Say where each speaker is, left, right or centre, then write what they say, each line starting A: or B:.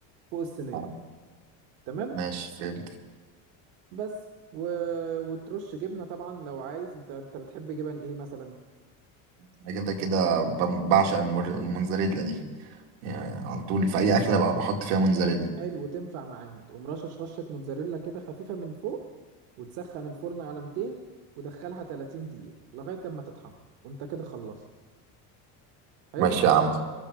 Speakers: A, on the right; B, on the right.
A: فوق الصينية
B: <laughs> آه،
A: تمام
B: ماشي فهمت
A: بس و... وترش جبنة طبعا لو عايز انت انت بتحب جبن ايه مثلا
B: انا كده كده بم- بعشق المر- الموزاريلا دي يعني على طول في اي اكله بقى بحط فيها موزاريلا
A: حلو وتنفع معانا تقوم رشش رشة موتزاريلا كده خفيفة من فوق وتسخن الفرن على 200 ودخلها 30 دقيقة لغاية اما تتحمر وانت كده خلصت حلو
B: ماشي يا عم